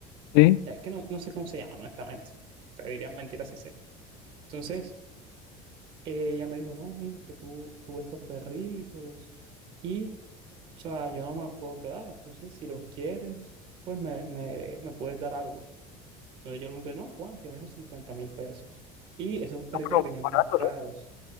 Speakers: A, on the left; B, on the right.
A: Sí.
B: sea, es que no, no sé cómo se llama, honestamente. Te diría mentira si sé. Entonces, eh, ella me dijo, no, mira, es que tú tuve estos perritos y, o sea, yo no me los puedo quedar. Entonces, si los quieres, pues me, me, me puedes dar algo. Entonces yo le pregunté, no, Juan, que me dijo 50 mil pesos. Y esos perritos
A: Ah, pero
B: venían
A: barato,
B: más caros.
A: ¿no?